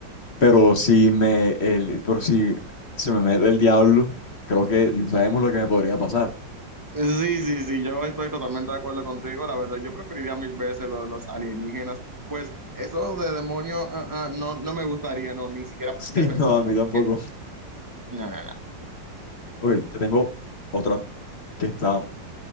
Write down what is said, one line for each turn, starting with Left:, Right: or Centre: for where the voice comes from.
Left: Pero si me, el, pero si se me mete el diablo, creo que sabemos lo que me podría pasar. <laughs>
Right: Sí, sí, sí, yo estoy totalmente de acuerdo contigo. La verdad, yo preferiría mis veces lo de los alienígenas. Pues eso de demonio, ah, ah, no, no me gustaría, no, ni siquiera
Left: Sí,
Right: de pensarlo.
Left: no, a mí
Right: Así
Left: tampoco.
Right: que no, no, no. no.
Left: Ok, te tengo otra que está